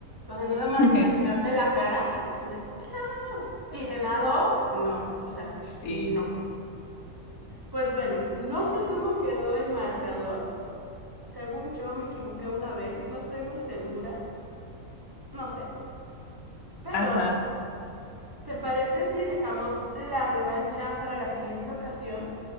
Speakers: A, on the right (about 20°); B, on the left (about 80°).
A: O sea, nada más
B: <laughs>
A: imaginarte la cara, así como de. ¡Ah! Y de lado, no. O sea,
B: Sí,
A: no. Pues bueno, no sé cómo quedó el marcador. Según yo me equivoqué una vez, no estoy muy segura. No sé. Pero,
B: ajá.
A: ¿te parece si dejamos la revancha para la siguiente ocasión?